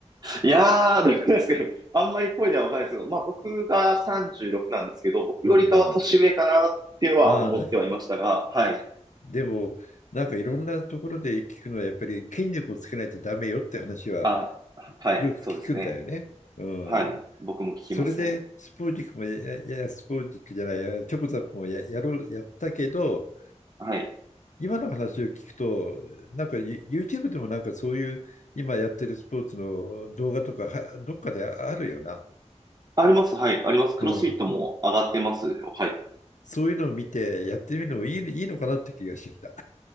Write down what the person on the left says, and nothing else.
うんうん。ああ、で
でも、なんかいろんなところで聞くのは、やっぱり筋肉をつけないとダメよって話は
よく聞くんだよね。
うん。
それでスポーテックもや、いやいやスポーテックじゃないや、チョコザップもや、やろう、やったけど、
今の話を聞くと、なんか You- YouTube でもなんかそういう今やってるスポーツの動画とかはどっかであるよな。
うん。
そういうのを見てやってみるのもいい、いいのかなって気がしてきた。